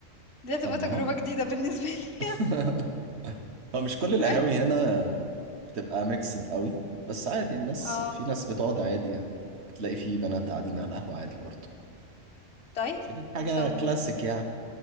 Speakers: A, on the left (about 55°); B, on the right (about 55°).
A: دي هتبقى
B: طب ما
A: تجربة
B: هو
A: جديدة بالنسبة لي
B: <laughs> هو مش كل القهاوي
A: <laughs> يعني
B: هنا بتبقى ميكسد قوي بس عادي الناس
A: اه
B: في ناس بتقعد عادي يعني تلاقي في بنات قاعدين على القهوة عادي برضه
A: طيب
B: فدي حاجة
A: طب
B: كلاسيك يعني